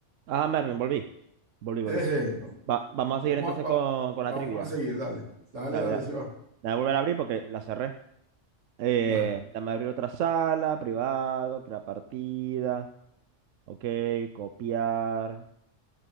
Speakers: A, on the right; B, on the right.
A: Ah, Mervin, volví. Volví, volví.
B: Eje, no.
A: Va- vamos a
B: Vamos
A: seguir entonces
B: a, va-
A: con, con
B: vamos
A: la trivia.
B: a seguir, dale. Dale,
A: Dale,
B: dale,
A: dale.
B: sí va.
A: Voy a volver a abrir porque la cerré. Eh,
B: Dale,
A: dame abrir otra sala, privado, crear partida. Ok, copiar.